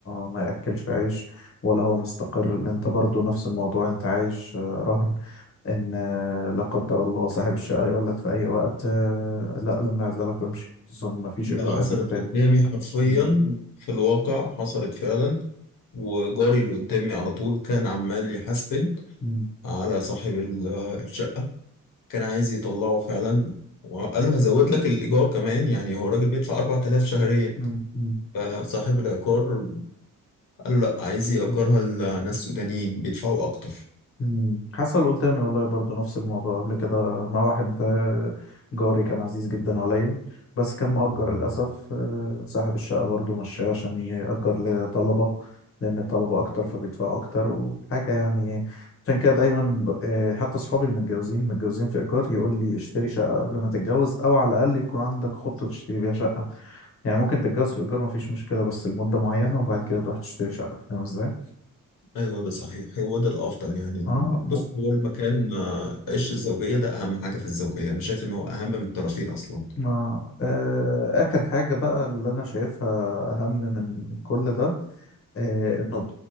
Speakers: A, on the left; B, on the left.
A: ما ياكلش عيش ولا هو مستقر لأن انت برضو نفس الموضوع انت عايش آه، رهن ان آه، لا قدر الله صاحب الشقه يقول لك في اي وقت آه، لا لما اعزلك وامشي خصوصا ان ما فيش
B: ده
A: ايجار
B: حصلت
A: قديم تاني
B: قدامي حرفيا
A: مم.
B: في الواقع حصلت فعلا وجاري اللي قدامي على طول كان عمال يحاسبن
A: مم.
B: على صاحب ال- الشقة كان عايز يطلعه فعلا وقال له هزود لك الإيجار كمان يعني هو راجل بيدفع 4000 شهريا
A: مم. مم.
B: فصاحب العقار قال له لا عايز يأجرها لناس سودانيين بيدفعوا أكتر
A: مم. حصل قدامي والله برضو نفس الموضوع قبل كده مع واحد آه، جاري كان عزيز جدا عليا بس كان مؤجر للأسف آه، صاحب الشقة برضو مشاه عشان يأجر لطلبة لأن الطلبة أكتر فبيدفعوا أكتر وحاجة يعني عشان كده دايما ب- آه، حتى صحابي المتجوزين المتجوزين في إيجار يقول لي اشتري شقة قبل ما تتجوز أو على الأقل يكون عندك خطة تشتري بيها شقة يعني ممكن تتجوز في إيجار مفيش مشكلة بس لمدة معينة وبعد كده تروح تشتري شقة فاهم إزاي؟
B: أيوه ده صحيح هو ده الأفضل يعني
A: اه
B: بص هو المكان آه، عش الزوجية ده أهم حاجة في الزوجية أنا شايف إن هو أهم من الطرفين أصلا
A: ما آه، آخر حاجة بقى اللي أنا شايفها أهم من كل ده آه، النضج